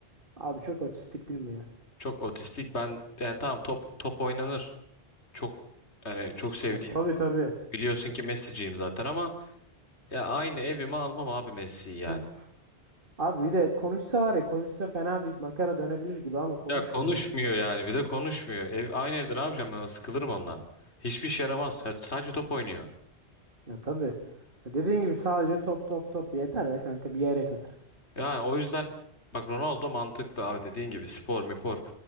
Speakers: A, on the right; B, on the left.
A: Abi çok otistik değil mi ya?
B: Çok otistik. Ben yani tamam top top oynanır. Çok yani çok sevdiğim.
A: Ha, tabii tabii.
B: Biliyorsun ki Messi'ciyim zaten ama ya aynı evime almam abi Messi'yi yani.
A: Hı. Abi bir de konuşsa var ya konuşsa fena bir makara dönebilir gibi ama konuşmuyor
B: Ya konuşmuyor
A: ya.
B: yani bir de konuşmuyor. Ev, aynı evde ne yapacağım ben sıkılırım onunla. Hiçbir işe yaramaz. Ya sadece top oynuyor.
A: Ya tabii. Ya dediğin gibi sadece top top top yeter ya kanka bir yere kadar.
B: Yani o yüzden bak Ronaldo mantıklı abi dediğin gibi spor, mipor,